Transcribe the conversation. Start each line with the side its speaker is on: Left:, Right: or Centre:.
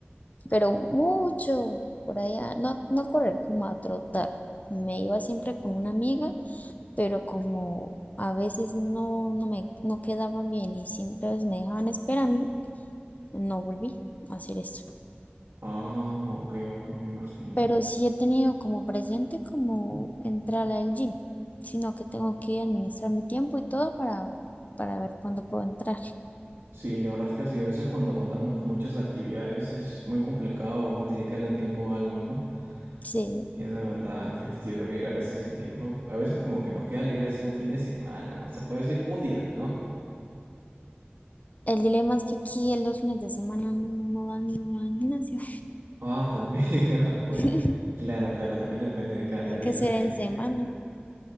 Left: pero mucho por allá, no, no correr, como a trotar. Me iba siempre con una amiga, pero como a veces no, no me no quedaban bien y siempre pues, me dejaban esperando, no volví a hacer eso.
Right: Ah, ok, ok, me imagino.
Left: Pero sí he tenido como presente como entrar al gym, sino que tengo que administrar mi tiempo y todo para, para ver cuándo puedo entrar.
Right: Sí, la verdad es que sí, a veces cuando contamos con muchas actividades es muy complicado dedicarle tiempo a algo, ¿no?
Left: Sí,
Right: Y es de verdad divertido ir a veces el tiempo. A veces como que nos queda libre así un fin de semana, ¿no? Se puede decir un día, ¿no?
Left: el dilema es que aquí en los fines de semana no, no dan, no dan gimnasio.
Right: Ah, también, <laughs> ah, bueno.
Left: <laughs> Tienen
Right: Claro, claro, también depende de, cada- de la lista
Left: que ser
Right: de...
Left: en semana.
Right: de-